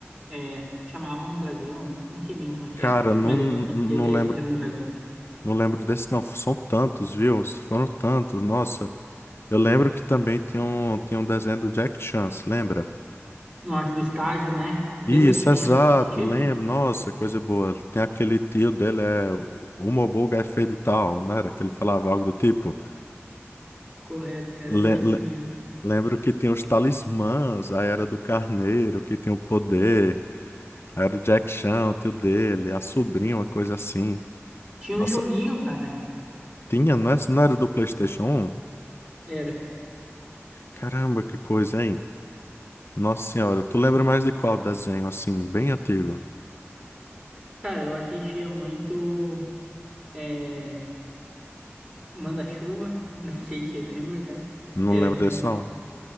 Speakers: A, on the right (about 20°); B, on the left (about 55°).
A: É, chamavam um dragão, não sei bem como é que
B: Cara,
A: era.
B: não,
A: O Megatron
B: não
A: dele
B: lembro,
A: era um dragão.
B: não lembro desse não. São tantos, viu? Foram tantos, nossa. Eu lembro que também tinha um, tinha um desenho do Jack Chance, lembra?
A: Nossa, do estágio, né? Lembra
B: Isso,
A: que vinha
B: exato,
A: no Lava Chip?
B: lembro. Nossa, coisa boa. Tem aquele tio dele, é o Mobuga é feio de tal, não era? Que ele falava algo do tipo.
A: Correto, cara,
B: Le-
A: era isso
B: le-
A: mesmo.
B: lembro que tinha os talismãs, aí era do carneiro, que tinha o poder, aí era o Jack Chan, o tio dele, a sobrinha, uma coisa assim.
A: Tinha
B: Nossa,
A: um joguinho, cara.
B: tinha, não, é, não era do PlayStation 1?
A: Era.
B: Caramba, que coisa, hein? Nossa Senhora, tu lembra mais de qual desenho, assim, bem antigo?
A: Cara, eu assistia muito é, Manda-Chuva, <laughs> não sei se você lembra, cara.
B: Não
A: Era
B: lembro
A: de um,
B: desse, não?